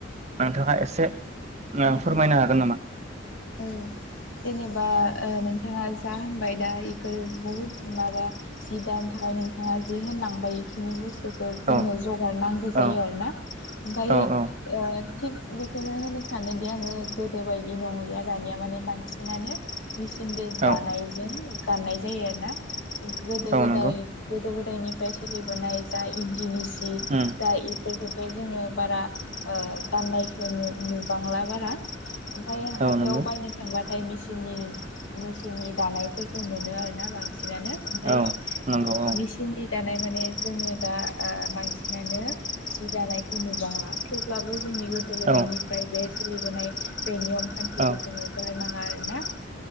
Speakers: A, on the right; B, on the left.
A: नोंथाङा एसे <unintelligible> फोरमायनो हागोन नामा?
B: औ जेनेबा नोंथाङा जा होनबाय दा बेफोर बहुद माबा जि दानि थाखाय नोंथाङा जि होनलांबाय बेखिनि बुस खौ जोंनो
A: औ
B: जगार नांगौ जायो
A: औ
B: आरोना। ओमफाय
A: औ औ
B: ओ थिग बेखोनो होनो सानोदि आङो गोदो बायदि नंलिया दानिया माने बां सिनानो। मेचिनजों दानायजों।
A: औ
B: गाननाय जायो आरो ना। गोदो
A: औ
B: गोदाय
A: नंगौ
B: गोदो गोद दायनिफ्राय सोलिबोनाय जा इन्दिनि ज जि
A: उम
B: दा इ बेफोरखो जोङो बारा ओ गाननायखो नो नुबांला बारा। ओमफाय हाथायाव
A: औ नंगौ
B: बायनो थांबाथ थाय मिचिननि मिचिननि दानायफोरखो मोनो आरोना बां सिनानो ओमफाय
A: औ नंगौ औ
B: मिचिननि। दानाय माने जोंङो दा ओ बांसिनानो जि दानायखौ नुबांला थेवब्लाबो। जोंनि गोदो गोदायनिफ्राय
A: औ
B: बे। सोलिबोनाय। बे नियम खान्थिखोजोङो
A: औ
B: दा नांङा आरो‌ ना।